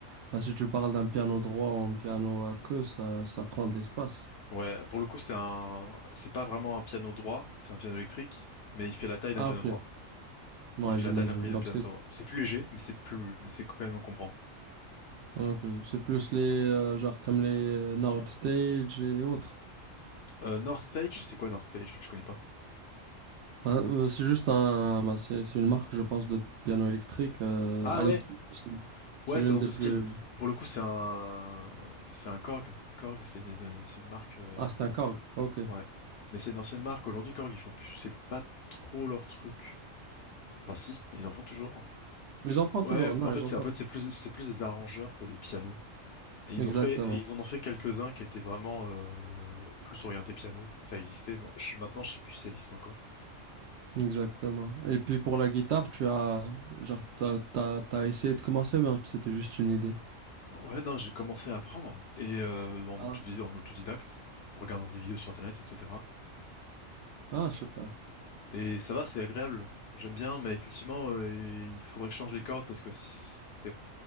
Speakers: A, on the right; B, on the left.
A: bah, si tu parles d'un piano droit ou un piano à queue, ça, ça prend de l'espace.
B: Ouais, pour le coup, c'est un, c'est pas vraiment un piano droit, c'est un piano électrique, mais il fait la taille d'un
A: Ah,
B: piano
A: ok.
B: droit.
A: Ouais,
B: Il fait
A: j'imagine.
B: la taille d'un piano
A: Donc,
B: piano
A: c'est
B: droit. C'est plus léger, mais c'est plus, mais c'est quand même encombrant.
A: ok, c'est plus les, euh, genre, comme les euh, Nord Stage et autres.
B: Euh, North Stage, c'est quoi North Stage? Je connais pas.
A: Ben, euh, c'est juste un, ben, c'est c'est une marque, je pense, de piano électrique. euh,
B: Ah
A: à
B: ouais,
A: l'é- c'est c'est
B: ouais,
A: l'une
B: c'est dans
A: des
B: ce
A: plus.
B: style. Pour le coup, c'est un, c'est un Korg. Korg, c'est une, c'est une marque. euh,
A: Ah, c'est un Korg. Ok.
B: Ouais. Mais c'est une ancienne marque. Aujourd'hui, Korg, ils font plus... c'est pas trop leur truc. Enfin, si, ils en font toujours.
A: Mes enfants,
B: Ouais,
A: toujours. Non,
B: en
A: les
B: fait,
A: enfants.
B: c'est en fait, c'est plus, c'est plus des arrangeurs que des pianos. Et ils
A: Exactement.
B: ont fait, et ils en ont fait quelques-uns qui étaient vraiment euh, plus orientés piano. Ça existait. Ma- je- Maintenant, je sais plus si ça existe encore.
A: Exactement. Et puis, pour la guitare, tu as, genre, t'as, t'as, t'as essayé de commencer, ben, c'était juste une idée.
B: Ouais, non, j'ai commencé à apprendre et euh, en
A: Ah,
B: autodi- en autodidacte, en regardant des vidéos sur Internet, etc.
A: ah, je sais pas.
B: Et ça va, c'est agréable. J'aime bien, mais effectivement, euh, il faudrait que je change les cordes parce que c'est